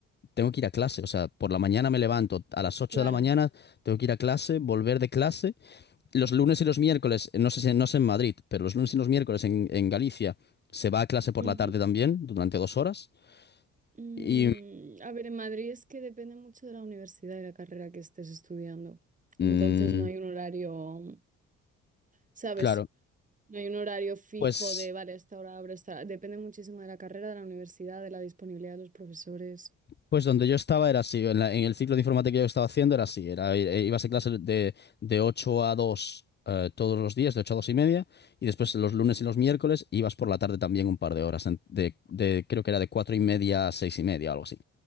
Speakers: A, on the left; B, on the right.
A: tengo que ir a clase, o sea, por la mañana me levanto, a las ocho
B: claro.
A: de la mañana tengo que ir a clase, volver de clase. Los lunes y los miércoles, no sé si no sé en Madrid, pero los lunes y los miércoles en, en Galicia se va a clase por
B: Ujú.
A: la tarde también, durante dos horas.
B: Mm,
A: Y
B: a ver, en Madrid es que depende mucho de la universidad y la carrera que estés estudiando.
A: mm,
B: Entonces no hay un horario, ¿sabes?
A: claro,
B: No hay un horario fijo
A: pues.
B: de, vale, a esta hora abro, a esta... hora". Depende muchísimo de la carrera, de la universidad, de la disponibilidad de los profesores.
A: Pues donde yo estaba era así, en, la- en el ciclo de informática que yo estaba haciendo era así, era, eh, ibas a clase de, de 8 a 2 eh, todos los días, de 8 a 2 y media, y después los lunes y los miércoles ibas por la tarde también un par de horas, en- de, de- creo que era de 4 y media a 6 y media, algo así.